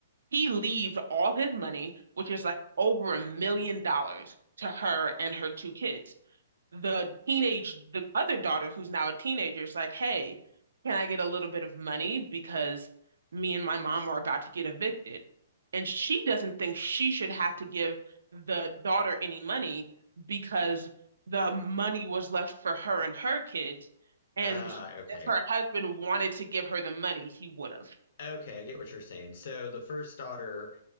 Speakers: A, on the right; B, on the left.
A: He leaves all his money, which is like over a million dollars, to her and her two kids. the teenage, the other daughter who's now a teenager is like, hey, can I get a little bit of money because me and my mom are about to get evicted? And she doesn't think she should have to give the daughter any money because the money was left for her and her kids. And
B: Ah,
A: she,
B: okay.
A: if her husband wanted to give her the money, he would have.
B: Okay, I get what you're saying. So the first daughter